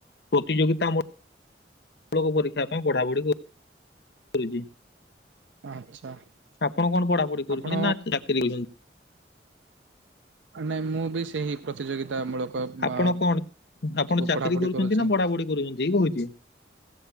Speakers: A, on the left; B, on the right.
A: ପ୍ରତିଯୋଗିତା ମ ମୂଳକ ପରୀକ୍ଷା ପାଇଁ ପଢା ପଢି କରୁଛି।
B: ଆଚ୍ଛା
A: ଆପଣ କଣ ପଢାପଢି କରୁଛନ୍ତି
B: ଆପଣ
A: ନା ଚାକିରି?
B: ନାଇଁ ମୁଁ ବି ସେହି ପ୍ରତିଯୋଗିତା ମୂଳକ
A: ଆପଣ
B: ବା
A: କଣ? ଆପଣ
B: ସବୁ
A: ଚାକିରୀ
B: ପଢାପଢି
A: କରୁଛନ୍ତି
B: କରୁଛି।
A: ନା ପଢା ପଢି କରୁଛନ୍ତି କହୁଛି।